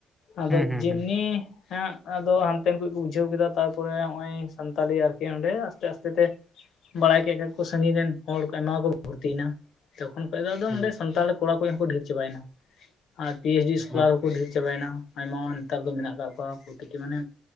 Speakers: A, on the left; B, in the centre.
A: ᱟᱫᱚ
B: ᱦᱩᱸ ᱦᱩᱸ
A: ᱡᱮᱢᱱᱤ
B: ᱦᱩᱸ
A: ᱦᱮᱸ ᱟᱫᱚ ᱦᱟᱱᱛᱮᱱ ᱠᱷᱚᱡ ᱠᱚ ᱵᱩᱡᱷᱟᱹᱣ ᱠᱮᱫᱟ ᱛᱟᱨᱯᱚᱨᱮ ᱱᱚᱜᱚᱭ ᱥᱛᱟᱞᱤ ᱟᱨᱠᱤ ᱚᱸᱰᱮ ᱟᱥᱛᱮ ᱟᱥᱛᱮ ᱛᱮ ᱵᱟᱲᱟᱭ ᱠᱮᱫ ᱠᱷᱟᱡ ᱠᱩ ᱥᱟᱺᱜᱤᱧ ᱨᱮᱱ ᱦᱚᱲ ᱠᱚ ᱟᱭᱢᱟ ᱠᱚ ᱵᱷᱚᱨᱛᱤᱭᱮᱱᱟ ᱛᱚᱠᱷᱚᱱ ᱠᱷᱚᱱ ᱫᱚ ᱟᱫᱚ
B: ᱦᱩᱸ
A: ᱱᱚᱰᱮ ᱥᱟᱱᱛᱟᱲ ᱠᱚᱲᱟ ᱠᱚ ᱦᱚᱸ ᱰᱷᱮᱨ ᱪᱟᱵᱟᱭᱮᱱᱟ᱾ ᱟᱨ ᱯᱤ ᱮᱭᱤᱪ ᱰᱤ ᱥᱠᱚᱞᱟᱨ
B: ᱦᱮᱸ ᱦᱮᱸ
A: ᱦᱚᱸᱠᱩ ᱰᱷᱮᱨ ᱪᱟᱵᱟᱭᱮᱱᱟ ᱟᱭᱢᱟ ᱱᱮᱛᱟᱨ ᱫᱚ ᱢᱮᱱᱟᱜ ᱟᱠᱟᱫ ᱠᱚᱣᱟ ᱯᱨᱚᱛᱤᱴᱤ ᱢᱟᱱᱮ